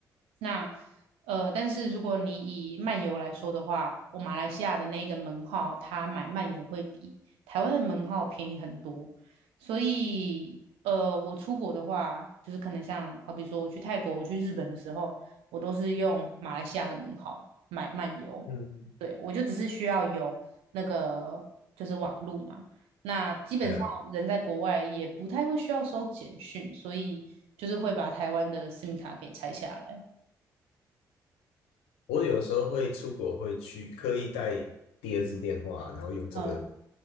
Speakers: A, on the right; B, on the left.
A: 那呃，但是如果你以漫游来说的话，我马来西亚的那个门号，它买漫游会比台湾的门号便宜很多。所以呃，我出国的话，就是可能像好比说我去泰国、我去日本的时候，我都是用马来西亚的门号买漫游。
B: 嗯，
A: 对，我就只是需要有那个就是网路嘛。那基本上人在国外也不太会需要收简讯，
B: 对啊，
A: 所以就是会把台湾的 SIM 卡给拆下来。
B: 我有时候会出国会去刻意带第二支电话，然后用这个
A: 嗯，